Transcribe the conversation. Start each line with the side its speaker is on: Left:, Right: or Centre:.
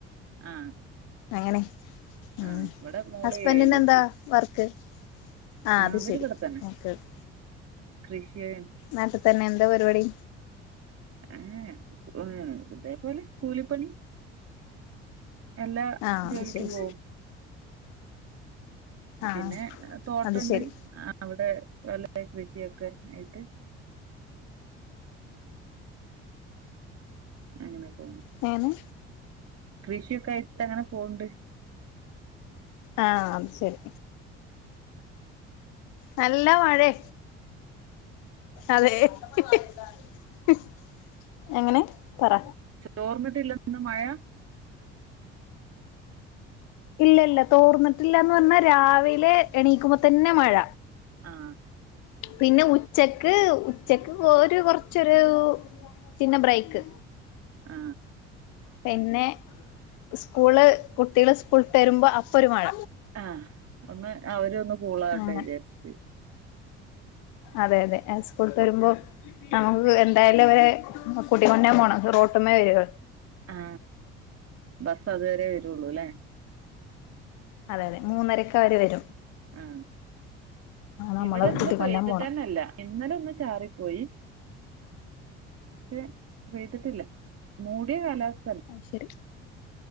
Right: ആ
Left: അങ്ങനെ മ്
Right: ആ ഇവിടെ മോള്
Left: ഹസ്ബെൻറിനെന്താ
Right: ഏഴിലെത്തി
Left: വർക്ക് ആ അത്
Right: അവരിവിടെ
Left: ശെരി
Right: തന്നെ
Left: ഓക്കെ ഒക്കെ
Right: കൃഷിയും
Left: നാട്ട് തന്നെ എന്താ പരിപാടി
Right: ഏ <unintelligible> ഇതേപോലെ കൂലിപ്പണി എല്ലാ
Left: ആഹ്
Right: ജോലിക്കും
Left: അത് ശരി
Right: പോവും
Left: ആഹ്
Right: പിന്നെ തോട്ടണ്ട്
Left: അത് ശരി
Right: അവിടെ വല്ല കൃഷിയൊക്കെ ആയിട്ട് അങ്ങനെ പോ
Left: തേനെ
Right: കൃഷിയൊക്കെ ആയിട്ട് അങ്ങനെ പോണ്ട്
Left: ആ ത് ശെരി നല്ല മഴെ അതെ <unintelligible> എങ്ങനെ പറ
Right: ചോർന്നിട്ടില്ല ഇന്ന് മഴ
Left: ഇല്ല ഇല്ല തോർന്നിട്ടില്ലാന്ന് പറഞ്ഞാ രാവിലെ എണീക്കുമ്പോ തന്നെ മഴ
Right: ആ
Left: പിന്നെ ഉ ച്ചക്ക് ഉച്ചക്ക് ഒരു കൊറച്ചൊരു പിന്നെ ബ്രേക്ക്
Right: ആ
Left: പിന്നെ സ്കൂള് കുട്ടികള് സ്കൂള്ട്ട് വരുമ്പോ അപ്പൊ ഒരു മഴ
Right: ആ ഒന്ന് അവര് ഒന്ന് കൂളാവട്ടെ
Left: അങ്ങനെ
Right: വിചാരിച്ചിട്ട്
Left: അതെ അതെ സ്കൂള്ട്ട് വരുമ്പോ നമുക്ക് എന്തായാലും അവരെ കുടിമന്നേം പോണം റോ ട്ട്മ്മേ വേവ്
Right: ആ ബസ് അതുവരെ വരുള്ളുല്ലേ
Left: അതെ അതെ മൂന്നരക്കവര് വരും
Right: ആ
Left: നമ്മള്
Right: ഇവിടെ ഇന്ന്
Left: കൂട്ടിക്കൊണ്ടരാൻ
Right: പെയ്തിട്ടനല്ല
Left: പോണം
Right: ഇന്നലെ ഒന്ന് ചാറിപ്പോയി ഷെ പെയ്തിട്ടില്ല മൂടിയ കാലാവസ്
Left: അയ്ശെരി